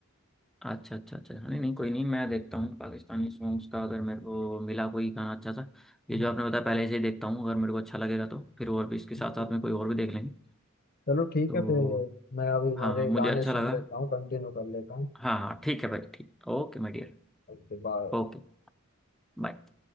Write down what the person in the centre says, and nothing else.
अच्छा अच्छा अच्छा नहीं नहीं कोई नहीं मैं देखता हूँ पाकिस्तानी सॉन्ग्स का अगर मेरे को मिला कोई गाना अच्छा सा ये
जो आपने बताया पहले से ही देखता हूँ अगर मेरे को अच्छा लगेगा तो फिर और भी इसके साथ
साथ में कोई और भी देख लेंगे
तो
हाँ
मुझे
अच्छा
लगा
हाँ हाँ ठीक है भाई ठीक okay my dear
Okay bye